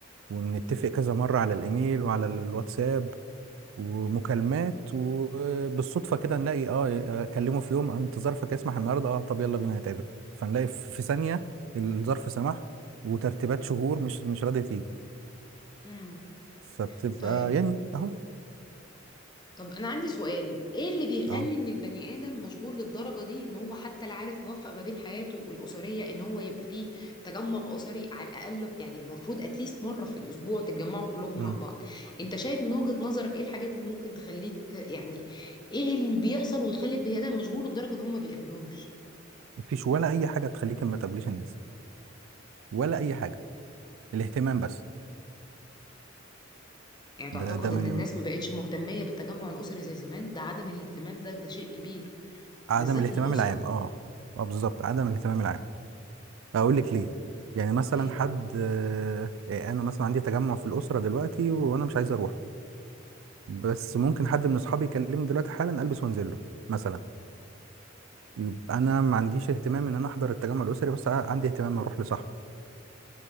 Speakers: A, on the right; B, on the left.
A: ونتفق كذا مرة على الإيميل وعلى الواتساب ومكالمات وبالصدفه كده نلاقي اه اكلمه في يوم انت ظرفك يسمح النهارده اه طب يلا بينا نتقابل فنلاقي في في ثانيه الظرف سمح وترتيبات شهور مش مش راضيه تيجي
B: امم
A: فبتبقى
B: طيب
A: يعني اهو
B: طب انا عندي سؤال ايه اللي بيخلي
A: اه
B: ان البني ادم مشغول للدرجه دي ان هو حتى لا عارف يوفق ما بين حياته الاسريه ان هو يبقى فيه تجمع اسري على الاقل يعني المفروض اتليست مره في الاسبوع تتجمعوا كلكم
A: امم
B: مع بعض انت شايف من وجهه نظرك ايه الحاجات اللي ممكن تخليك يعني ايه اللي بيحصل ويخلي البني ادم مشغول لدرجه ان هو ما بيقابلهمش
A: مفيش ولا اي حاجه تخليك ما تقابليش الناس ولا اي حاجه الاهتمام بس
B: يعني تعتقد
A: ده ده
B: ان
A: من
B: الناس ما بقتش مهتميه بالتجمع الاسري زي زمان ده عدم الاهتمام ده ده شيء كبير
A: عدم
B: بالذات
A: الاهتمام
B: للاسره
A: العام اه اه بالظبط عدم الاهتمام العام اقول لك ليه يعني مثلا
B: ليه
A: حد آه، انا مثلا عندي تجمع في الاسره دلوقتي وانا مش عايز اروح بس ممكن حد من اصحابي يكلمني دلوقتي حالا البس وانزل له مثلا يبقى انا ما عنديش اهتمام ان انا احضر التجمع الاسري بس ع- عندي اهتمام اروح لصاحبي